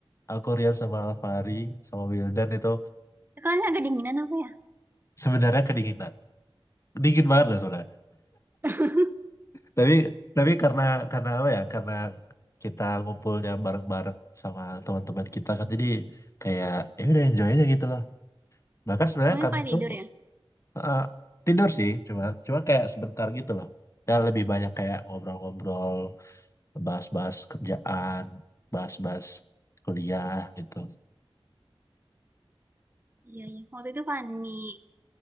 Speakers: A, on the left; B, on the right.
A: aku Rian sama Alfari sama Wildan itu
B: kalian agak dinginan apa ya
A: sebenarnya kedinginan dingin banget loh sebenarnya
B: <laughs>
A: tapi tapi karena karena apa ya karena kita ngumpulnya bareng-bareng sama teman-teman kita kan jadi kayak ya udah enjoy aja gitu loh bahkan sebenarnya
B: namanya
A: kami
B: apa tidur
A: tuh
B: ya
A: Eh, tidur sih cuma cuma kayak sebentar gitu loh ya lebih banyak kayak ngobrol-ngobrol bahas-bahas kerjaan bahas-bahas kuliah gitu
B: iya iya waktu itu panik